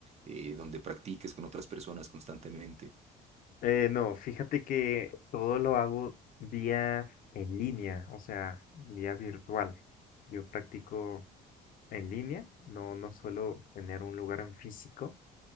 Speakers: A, on the right (about 40°); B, on the left (about 55°).
A: eh, donde practiques con otras personas constantemente.
B: Eh, no, fíjate que todo lo hago vía en línea, o sea, vía virtual. Yo practico en línea, no, no suelo tener un lugar en físico.